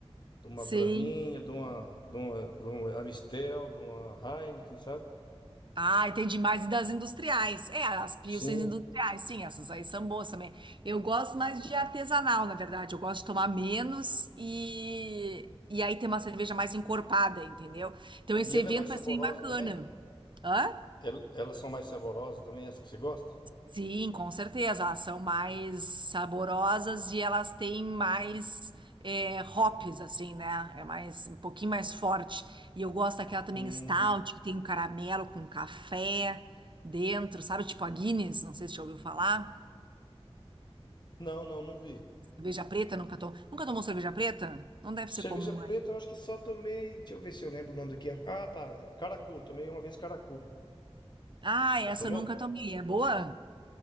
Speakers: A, on the left; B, on the right.
A: de uma
B: sim,
A: braminha, de uma, de uma, de uma Amistel, de uma Heineken, sabe?
B: Ah, entendi mais das industriais. É, as pilsens
A: Sim.
B: industriais, sim, essas aí são boas também. Eu gosto mais de artesanal, na verdade. Eu gosto de tomar menos e, e aí ter uma cerveja mais encorpada, entendeu? Então esse
A: E ela
B: evento
A: é mais
B: vai
A: saborosa
B: ser bacana.
A: também?
B: Hã?
A: El- elas são mais saborosas também, as que você gosta?
B: Sim, com certeza. Elas são mais saborosas e elas têm mais é, hops, assim, né? É mais um pouquinho mais forte. E eu gosto daquela também
A: Hum,
B: stout, que tem um caramelo com café dentro, sabe? Tipo a Guinness, não sei se você já ouviu falar.
A: não, não, não vi.
B: Cerveja preta, nunca tomou. Nunca tomou cerveja preta? Não deve ser
A: Cerveja
B: comum,
A: preta,
B: né?
A: eu acho que só tomei. Deixa eu ver se eu lembro o nome daqui. Ah, tá. Caracu. Tomei uma vez Caracu.
B: Ah, essa
A: Já tomou?
B: eu nunca tomei. É boa?